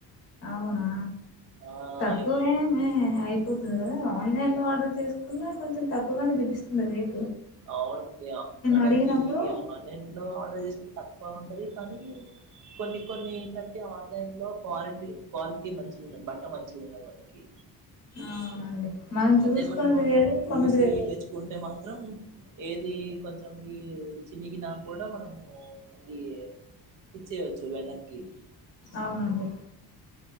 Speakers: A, on the left; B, on the right.
A: అవునా
B: ఆ
A: తక్కువేమి
B: అయిపోతుంది
A: అయిపో కదా ఆన్లైన్ లో ఆర్డర్ చేసుకున్నా కొంచెం తక్కువగానే చూపిస్తుంది రేట్
B: అవునండి మనకి
A: అడిగినప్పుడు
B: ఆన్లైన్ లో ఆర్డర్ చేసుకుంటే తక్కువ ఉంటాది కానీ కొన్ని కొన్ని ఏంటాంటే ఆన్లైన్ లో క్వాలిటీ క్వాలిటీ మంచిగా ఉండదు బట్ట మంచిగా ఉండదు మనకి
A: అవునండి మనం చూసుకున్నది
B: అదే మనము
A: వేరు
B: చూసి
A: కొన్నది వేరు
B: తెచ్చుకుంటే మాత్రం ఏది కొంచెం ఈ చినిగిన కూడా మనము మళ్ళీ ఇచ్చేయచ్చు వెనక్కి
A: అవునండి